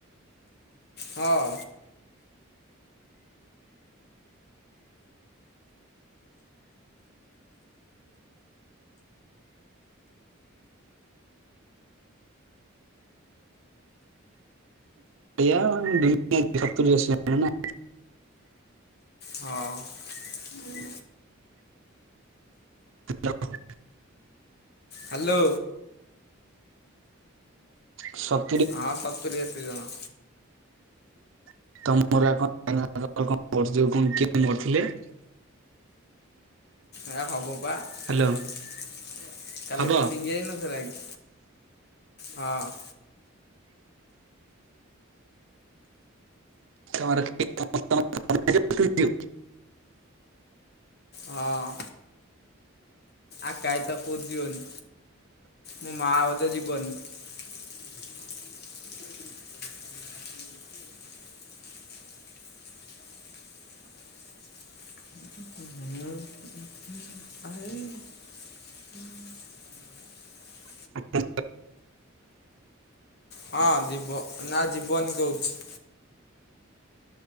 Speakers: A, on the left; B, on the right.
A: ହଁ।
B: ଏଇଆ ଆଉ <inaudible> ସତୁରି ଅଶି <unintelligible>
A: ହଁ। ହୁଁ। <inaudible>
B: Hello <unintelligible>
A: hello.
B: ସ
A: ହଁ ସତୁରି ଅଶି ଜଣ।
B: <unintelligible>
A: ଆଁ ହବ ବା କାଲି
B: ହ୍ୟାଲୋ ହବ?
A: ମିଟିଂ ହେଇନଥିଲା କି। ହଁ।
B: ତର <inaudible>
A: ହଁ। ଆକାଇତ ଉଦିବନି ମୋ ମା ବୋଧେ ଯିବନି। <unintelligible>
B: ହ <unintelligible>
A: ହଁ ଯିବ ନା ଜିବନି କହୁଛି।